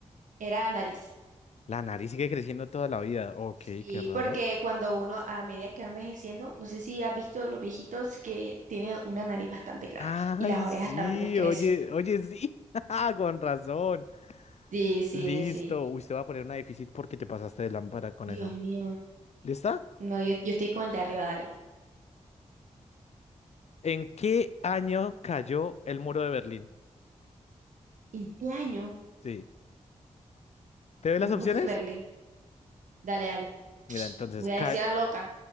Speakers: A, on the right; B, on the left.
A: Era nariz.
B: La nariz sigue creciendo toda la vida. Ok,
A: Sí,
B: qué raro.
A: porque cuando uno, a medida que va envejeciendo, no sé si has visto los viejitos que tienen una nariz bastante grande
B: Ay,
A: y las orejas
B: sí,
A: también les crecen.
B: oye, oye, sí. <laughs> Ah, Con razón.
A: Sí, sí,
B: Listo.
A: sí.
B: Uy, te va a poner una difícil porque te pasaste de lámpara con
A: Dios
B: eso.
A: mío.
B: ¿Lista?
A: No, yo, yo estoy con el de arriba, dale.
B: ¿En qué año cayó el muro de Berlín?
A: ¿En qué año?
B: Sí. ¿Te doy las
A: El
B: opciones?
A: muro de Berlín. Dale, dale.
B: Mira, entonces,
A: Voy
B: ca-
A: a decir a la loca.